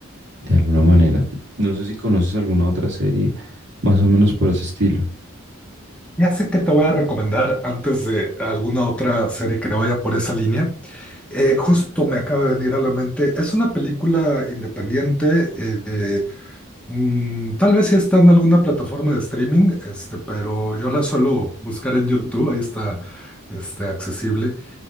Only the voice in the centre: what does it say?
Ya sé que te voy a recomendar antes de alguna otra serie que vaya por esa línea. Eh, justo me acaba de venir a la mente. Es una película independiente. eh, Mm, tal vez sí está en alguna plataforma de streaming, este, pero yo la suelo buscar en YouTube, ahí está, este, accesible.